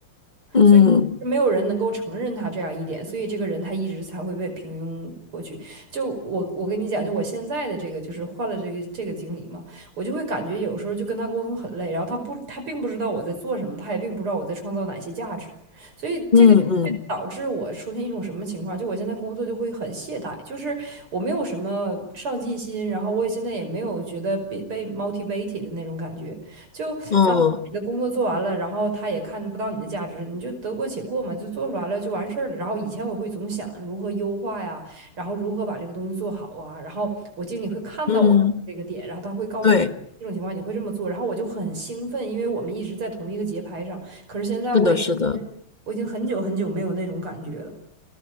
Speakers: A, on the left; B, on the right.
A: 嗯
B: 所以没有人能够承认他这样一点，所以这个人他一直才会被平庸过去。就我我跟你讲，就我现在的这个就是换了这个这个经理嘛，我就会感觉有时候就跟他沟通很累，然后他不他并不知道我在做什么，他也并不知道我在创造哪些价值，所以这个就会导致我出现一种什么情况？
A: 嗯嗯
B: 就我现在工作就会很懈怠，就是我没有什么上进心，然后我也现在也没有觉得被被 motivated 的那种感觉。就啊，
A: 嗯
B: 你的工作做完了，然后他也看不到你的价值，你就得过且过嘛，就做出来了就完事儿了。然后以前我会总想如何优化呀，然后如何把这个东西做好啊，然后我经理会看到我这个点，
A: 嗯，
B: 然后他会告诉我这种情况你会这么做，
A: 对，
B: 然后我就很兴奋，因为我们一直在同一个节拍上。可是现在我已
A: 是的，是的，
B: 我已经很久很久没有那种感觉了，